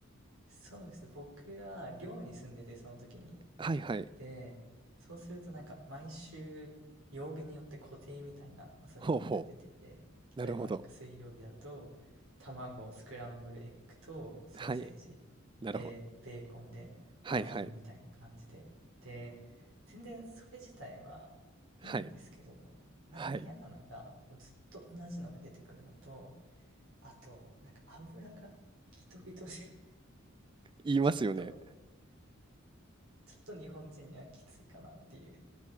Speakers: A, on the right (about 75°); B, on the right (about 25°).
A: そうですね、僕は寮に住んでて、その時に。
B: はいはい。
A: で、そうするとなんか毎週曜日によって固定みたいな朝ごはんが出てて、
B: ほうほう。なるほど。
A: 例えばなんか水曜日だと卵、スクランブルエッグとソーセージ
B: はい。なるほど。
A: で、ベーコンでマフィンみたいな感じで。
B: はいはい。
A: で、全然それ自体はいいんですけど、
B: はい。
A: なんか嫌なのがもうずっと同じのが出てくるのと、
B: はい。
A: あと、なんか油がギトギトで、<laughs>
B: 言いますよね。
A: ちょっと、ちょっと日本人にはきついかなっていう